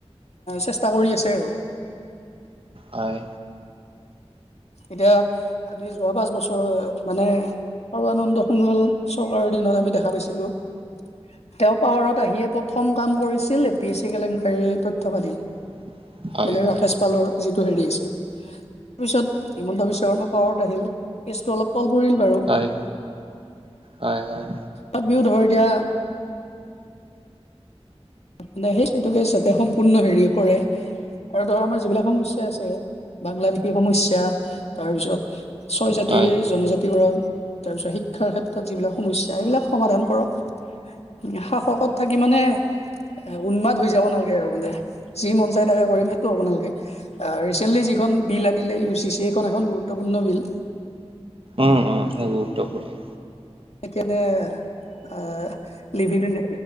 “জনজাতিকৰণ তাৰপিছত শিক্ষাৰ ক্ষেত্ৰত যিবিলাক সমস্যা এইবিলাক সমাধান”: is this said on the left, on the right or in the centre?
Left